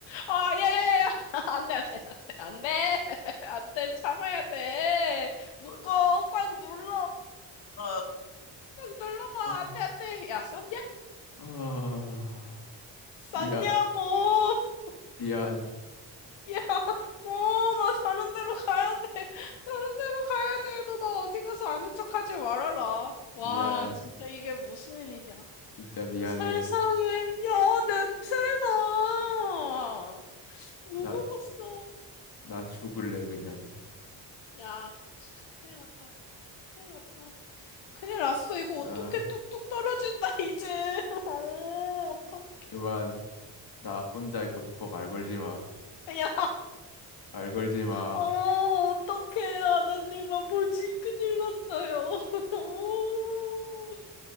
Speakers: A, on the left; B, on the left.
A: 아, 야, 야, 야, <laughs> 야. 안 돼, 안 돼, 안 돼, 안 돼. <laughs> 안 돼, 참아야 돼. 묶어.
B: 어, 자-
A: 꽉 눌러.
B: 아,
A: 꽉 눌러봐. 안
B: 아,
A: 돼, 안 돼. 야, 쌌냐?
B: 아.
A: 쌌냐고.
B: 미안
A: <laughs>
B: 미안
A: 야, 어, 나 다른 데로 가야 돼. 다른 데로 가야 돼. 너 나 어디 가서 아는 척 하지 말아라. 와,
B: 미안
A: 진짜 이게 무슨 일이냐.
B: 진짜 미안해
A: 세상에, 야, 냄새나! 뭐
B: 나
A: 먹었어?
B: 나 죽을래 그냥
A: 야, 진짜 큰일 났다. 큰일 났다. 큰일 났어. 이거
B: 아
A: 어떻게 뚝뚝 떨어진다, 이제. <laughs> 어, 어떡해.
B: 그만 나 혼자 있고 싶어 말 걸지 마
A: 야,
B: 말 걸지 마
A: 어, 어떡해. 하나님 아버지, 큰일 났어요. <laughs>